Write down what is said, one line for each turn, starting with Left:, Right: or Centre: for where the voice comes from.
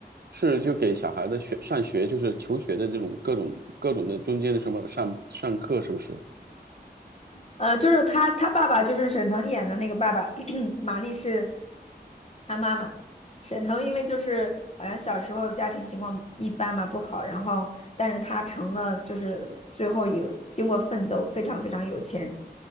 Right: 是就给小孩的学上学就是求学的这种各种各种的中间的什么上上课是不是？
Left: 呃，就是他他爸爸就是沈腾演的那个爸爸，<coughs> <clears throat> 玛丽是他妈妈。沈腾因为就是好像小时候家庭情况一般嘛，不好，然后但是他成了就是最后有经过奋斗，非常非常有钱。